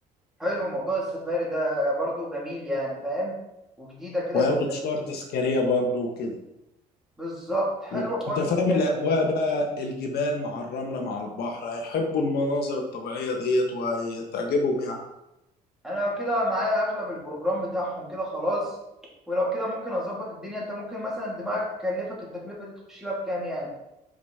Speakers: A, in the centre; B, on the left (about 70°).
A: حلو موضوع السفاري ده برضو جميل يعني فاهم وجديده كده
B: وياخدوا
A: هتبقى
B: تذكار
A: لذيذة
B: تذكاريه برضه وكده
A: بالظبط حلو
B: و-
A: حوار
B: انت
A: السفاري
B: فاهم الاجواء
A: ده
B: بقى الجبال مع الرمله مع البحر هيحبوا المناظر الطبيعيه ديت وهتعجبهم يعني
A: انا كده معايا اغلب البروجرام بتاعهم كده خلاص ولو كده ممكن اظبط الدنيا انت ممكن مثلا دماغك تكلفك التكلفه دي تخش لك كام يعني